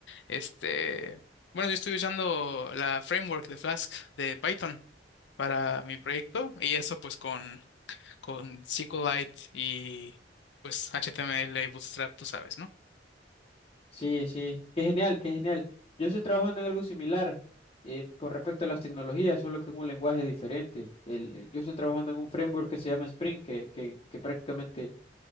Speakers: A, on the left; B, on the left.
A: este, bueno, yo estoy usando la framework de Flask de Python para mi proyecto y eso pues con SQLite y pues HTML y Bootstrap, tú sabes, ¿no?
B: Sí, sí, qué genial, qué genial. Yo estoy trabajando en algo similar em, con respecto a las tecnologías, solo que en un lenguaje diferente. El, yo estoy trabajando en un framework que se llama Spring, que, que, que prácticamente